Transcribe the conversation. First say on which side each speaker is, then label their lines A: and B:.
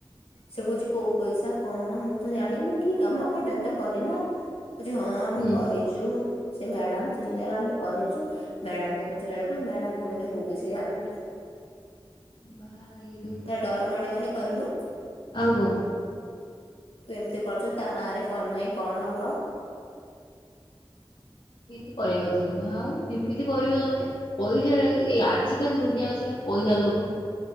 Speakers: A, on the left; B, on the left.
A: ସେ କହୁଛି କୋଉ ପଇସା କଣ ମୁଁ ତ ଜାଣିନି କି କାମ କାଇଁ ତମେ ତ କରିନ। କହୁଚି ହଁ ଆମେ
B: ହୁଁ।
A: କରିଛୁ, ସେ ମ୍ୟାଡାମ ଥିଲେ ଆମେ କରିଛୁ, ମ୍ୟାଡାମକୁ ପଚାରିଲା ବେଳକୁ ମ୍ୟାଡାମ କହିଲେ ମୁଁ ମୁଁ କିଛି ଜାଣିନି।
B: ଭାଇରେ
A: ଆ ଡର ମାଡିିବନି କହିଲୁ?
B: ଆଉ କଣ।
A: ତୁ ଏମିତି କରୁଛୁ, ତା ନାଁରେ କଣ ନାହିଁ କଣ ହବ।
B: ଏମିତି କରିବା କଥା ନୁହେଁ ଆଉ, ଏମିତି କରିବ ତମେ। ପଇସା ଏ ଆଜିିକାଲି ଦୁନିଆ ବା ସେୟା ପଇସା ଲୋଭ।